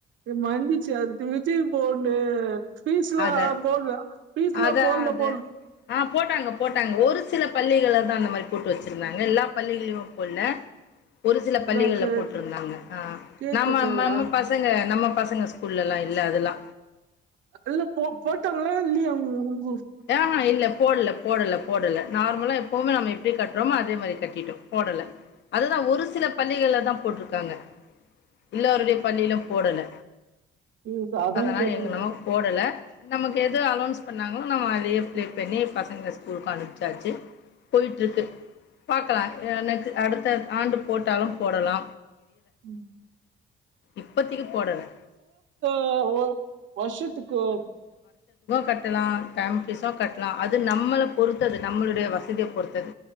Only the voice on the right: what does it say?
மரந்திச்சு அது விஜய் போன்னேன் பீஸ்லா
போல்ல பீஸ்லா
போல்ல
போனு
இதா
கேட்ட
கேட்ட
கேளா
இல்ல போ போட்டாங்களா இல்லியா அவங்க
ஃபீஸ் அதான்
கேட்டேன்
ம்‌
<unintelligible> வர்ஷத்துக்கு